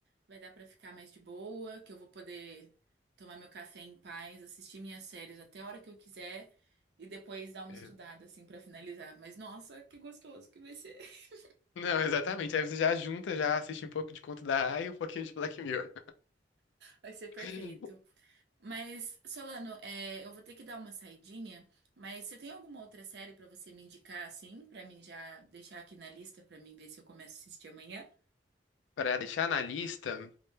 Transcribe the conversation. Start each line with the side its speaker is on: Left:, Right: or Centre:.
Right: vai dar pra ficar mais de boa, que eu vou poder tomar meu café em paz, assistir minhas séries até a hora que eu quiser e depois dar uma
Left: É.
Right: estudada assim pra finalizar. Mas nossa, que gostoso que vai ser. <laughs>
Left: Não, exatamente. Aí você já junta, já assiste um pouco de Conto da Aia e um pouquinho de Black Mirror.
Right: Vai ser perfeito.
Left: <laughs>
Right: Mas Solano, é, eu vou ter que dar uma saidinha, mas você tem alguma outra série pra você me indicar assim, Pra mim já deixar aqui na lista pra mim ver se eu começo a assistir amanhã?
Left: Pra deixar na lista,